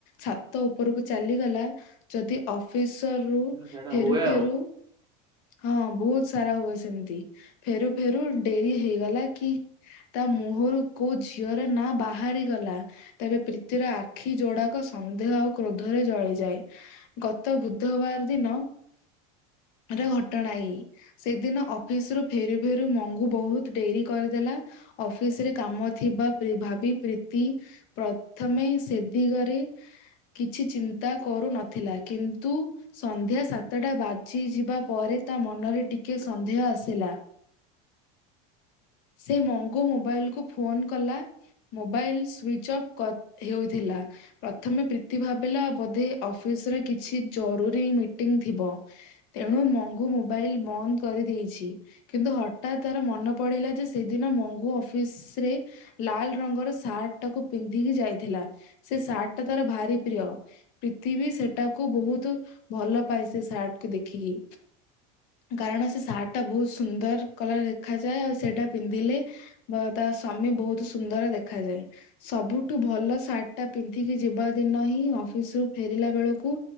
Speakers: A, on the left; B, on the right.
A: ଛାତ ଉପରକୁ ଚାଲିଗଲା ଯଦି ଅଫିସ ର ରୁ
B: ହୁଁ ସେଇଟା
A: ଫେରୁ
B: ହୁଏ
A: ଫେରୁ
B: ଆଉ
A: ହଁ ବହୁତ୍ ସାରା ହୁଏ ସେମିତି। ଫେରୁ ଫେରୁ ଡ଼େରି ହେଇଗଲା କି ତା ମୁହଁରୁ କୋଉ ଝିଅର ନାଁ ବାହାରିଗଲା ତେବେ ପ୍ରୀତିର ଆଖି ଯୋଡ଼ାକ ସନ୍ଦେହ ଆଉ କ୍ରୋଧରେ ଜଳି ଯାଏ ଗତ ବୁଧବାର ଦିନ ର ଘଟଣା ଏଇ। ସେଦିନ ଅଫିସ୍ ରୁ ଫେରୁ ଫେରୁ ମଙ୍ଗୁ ବହୁତ୍ ଡ଼େରି କରିଦେଲା। ଅଫିସ୍ ରେ କାମ ଥିବା ଭାବି ପ୍ରୀତି ପ୍ରଥମେ ସେ ଦିଗରେ କିଛି ଚି ଚିନ୍ତା କରୁନଥିଲା କିନ୍ତୁ ସନ୍ଧ୍ୟା ସାତଟା ବାଜିଯିବା ପରେ ତା ମନରେ ଟିକେ ସନ୍ଦେହ ଆସିଲା। ସେ ମଙ୍ଗୁ ମୋବାଇଲ କୁ ଫୋନ କଲା। ମୋବାଇଲ ସୁଇଚ ଅଫ୍ କ ହେଉଥିଲା। ପ୍ରଥମେ ପ୍ରୀତି ଭାବିଲା ବୋଧେ ଅଫିସ୍ ରେ କିଛି ଜରୁରୀ ମିଟିଂ ଥିବ। ତେଣୁ ମଙ୍ଗୁ ମୋବାଇଲ୍ ବନ୍ଦ କରିଦେଇଛି କିନ୍ତୁ ହଠାତ୍ ତାର ମନେ ପଡିଲା। ଯେ ସେଦିନ ମଙ୍ଗୁ ଅଫିସ୍ ରେ ଲାଲ ରଙ୍ଗର ସାର୍ଟ ଟାକୁ ପିନ୍ଧିକି ଯାଇଥିଲା। ସେ ସାର୍ଟ ଟା ତାର ଭାରି ପ୍ରିୟ। ପ୍ରୀତି ବି ସେଟାକୁ ବହୁତ୍ ଭଲ ପାଏ‌ ସେ ସାର୍ଟକୁ ଦେଖିକି। କାରଣ ସେ ସାର୍ଟ ଟା ବହୁତ୍ ସୁନ୍ଦର କଲର ଦେଖାଯାଏ ଆଉ ସେଇଟା ପିନ୍ଧିଲେ ବା ତା ସ୍ଵାମୀ ବହୁତ୍ ସୁନ୍ଦର ଦେଖାଯାଏ। ସବୁଠୁ ଭଲ ସାର୍ଟ ଟା ପିନ୍ଧିକି ଯିବା ଦିନ ହିଁ ଅଫିସ୍ ରୁ ଫେରିଲା ବେଳକୁ